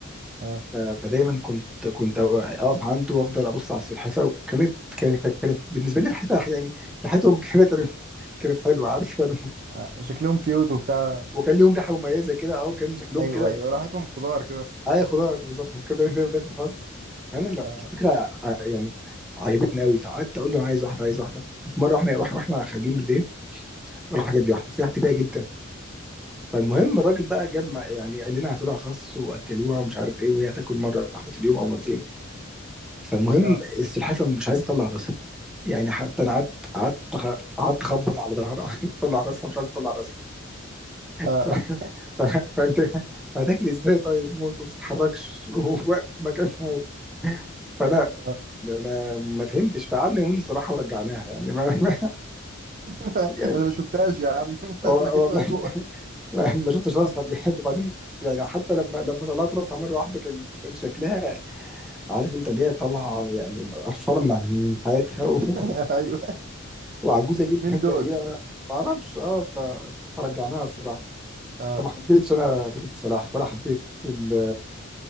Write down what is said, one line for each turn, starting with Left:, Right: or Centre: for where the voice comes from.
Right: اه
Centre: ف- فدايما كنت كنت أقف عنده وأفضل أبص على السلحفاة وكانت كانت كانت كانت بالنسبة لي ريحتها يعني ريحتهم كده كانت كانت حلوة عارف كانوا
Right: اه شكلهم كيوت وبتاع
Centre: وكان ليهم ريحه مميزه كده اه وكان شكلهم
Right: ايوه
Centre: كده
Right: ايوه راحتهم خضار كده
Centre: اي خضار بالظبط هم كانوا دايما بياكلوا خس فانا لا
Right: اه
Centre: الفكره ع- يعني عجبتني قوي فقعدت اقول له انا عايز واحده عايز واحده ففي مره احنا واحنا واحنا خارجين بالليل راح جاب لي واحده فيها اعتباهي جدا فالمهم الراجل بقى جاب مع- يعني قال لنا هاتوا لها خس واكلوها ومش عارف ايه وهي تاكل مره واحده في اليوم او مرتين فالمهم
Right: اه اه
Centre: السلحفاه مش عايزه تطلع راسها يعني حتى انا قعدت قعدت قعدت اخبط على ظهرها <laughs> تطلع راسها مش عايزه تطلع راسها
Right: <laughs>
Centre: ف... ف... فانت هتاكلي ازاي طيب وما بتتحركش وواقف في مكانها فانا
Right: اه
Centre: ما, ما فهمتش فقعدنا يومين الصراحه ورجعناها يعني ما, <laughs> ما
Right: <laughs>
Centre: يعني
Right: انا ما شفتهاش يا عم <laughs> من ساعه
Centre: وال-
Right: ما جيت
Centre: والله
Right: وهي جوه
Centre: ما, ما شفتش راسها بجد وبعدين يعني حتى لما لما طلعت راسها مره واحده كان كان شكلها عارف انت اللي هي طالعه يعني قرفانه من من حياتها
Right: <laughs>
Centre: و... <laughs>
Right: ايوه
Centre: وعجوزه جدا
Right: مين
Centre: تقريبا
Right: دول
Centre: ما اعرفش اه ف... فرجعناها الصراحه
Right: آه
Centre: فما حبيتش انا فكره السلاحف ولا حبيت ال